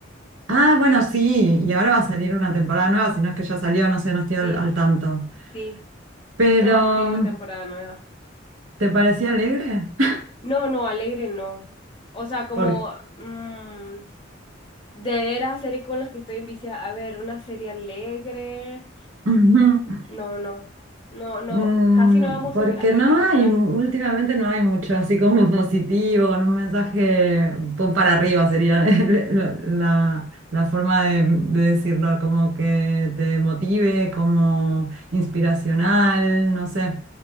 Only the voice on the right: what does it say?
Ah, bueno, sí, y ahora va a salir una temporada nueva, si no es que ya salió, no sé, no estoy
al, al tanto.
Pero,
mm,
¿te parecía alegre? <laughs>
Porque...
<laughs>
Mm,
porque
no
hay,
mu- últimamente no hay mucho así como <laughs> positivo, con un mensaje un poco para arriba sería <laughs> la, la- la forma de, de decirlo, como que te motive, como inspiracional, no sé.